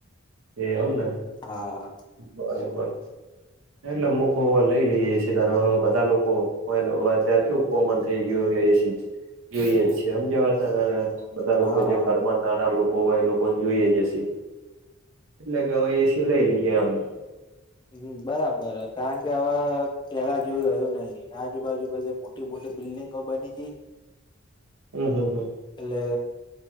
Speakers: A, on the right; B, on the left.
A: એ અમને.
B: હા.
A: બરોબર. એટલે મૂકર લઈ લઈએ સીધના બધા લોકોયારે કે કોમન થઈ ગયું એ જોઈએ જ છે સમજવા હતા ત. બધા લોકો
B: હા
A: જે ઘરમાં નાના લોકો હોય એ લોકો ને જોઈએ જસી. એટલે ગવાઈ એસીું લઈ લઈ ગયા આમ.
B: હમ બરાબર. કારણ કે હવે, પેલા જેવું રહ્યું નહી. આજુબાજુ બધે મોટી મોટી બિલ્ડિંગો બની ગઈ.
A: હમ હમ હમ.
B: એટલે